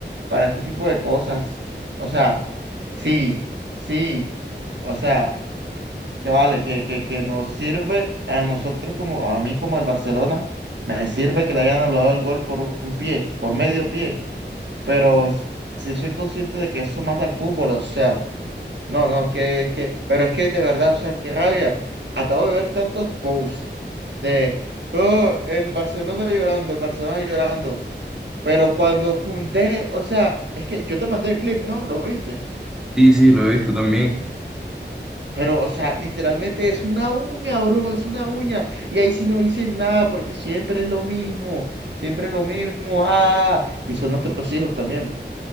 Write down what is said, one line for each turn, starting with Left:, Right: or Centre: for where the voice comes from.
Right: para este tipo de cosas. O sea, sí, sí. O sea que vale, que, que, que nos sirve a nosotros como, a mí como al Barcelona, me sirve que le hayan anulado el gol por un pie, por medio pie, pero s- sí soy consciente de que eso mata al fútbol, o sea, no, no, es que, es que, pero es que de verdad, o sea, qué rabia, acabo de ver tantos posts de, oh, el Barcelona llorando, el Barcelona llorando, pero cuando Koundé, o sea, es que yo te mandé el clip, ¿no? ¿Lo viste?
Centre: Sí, sí, lo he visto también.
Right: Pero, o sea, literalmente es una uña, bro, es una uña. Y ahí sí no dicen nada porque siempre es lo mismo, siempre es lo mismo. Ah, y son nuestros hijos también.